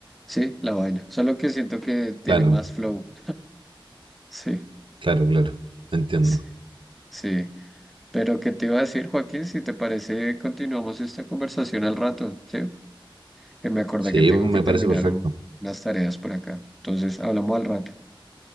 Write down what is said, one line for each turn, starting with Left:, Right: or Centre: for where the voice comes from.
Centre: sí, la vaina. Solo que siento que tiene
Right: Claro,
Centre: más flow. Sí,
Right: Claro, claro. Entiendo.
Centre: sí, sí. Pero ¿qué te iba a decir, Joaquín? Si te parece, continuamos esta conversación al rato, ¿sí? Que me acordé
Right: Sí,
Centre: que tengo
Right: pues, me
Centre: que
Right: parece
Centre: terminar
Right: perfecto.
Centre: un- unas tareas por acá. Entonces, hablamos al rato.